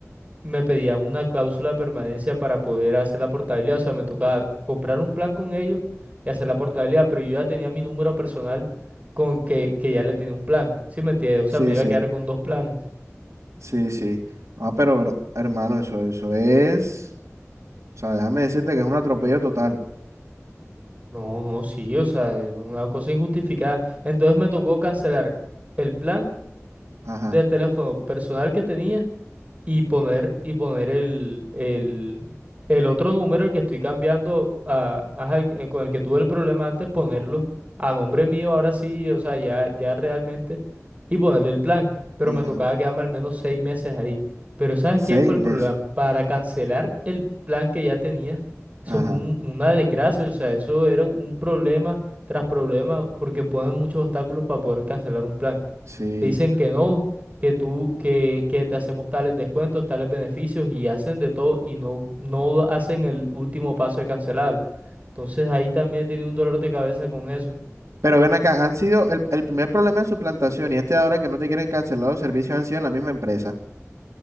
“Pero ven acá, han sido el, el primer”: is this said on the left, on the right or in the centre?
Right